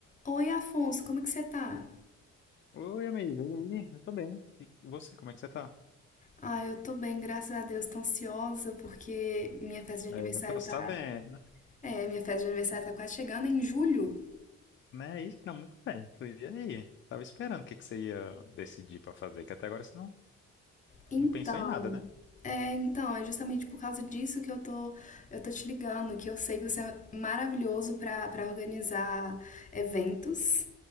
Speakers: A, on the left; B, on the left.
A: Oi, Afonso, como é que você tá?
B: Oi, amigo. E aí? Eu tô bem. E você, como é que você tá?
A: Ah, eu tô bem, graças a Deus. Tô ansiosa porque minha festa de
B: É,
A: aniversário
B: eu tô sabendo,
A: tá. É, minha festa de aniversário tá quase chegando é em julho.
B: né? Isso tá muito bem. E aí? Tava esperando o que que você ia decidir pra fazer, que até agora você não,
A: Então,
B: não pensou em nada, né?
A: é, então, é justamente por causa disso que eu tô, eu tô te ligando, que eu sei que você é maravilhoso pra para organizar eventos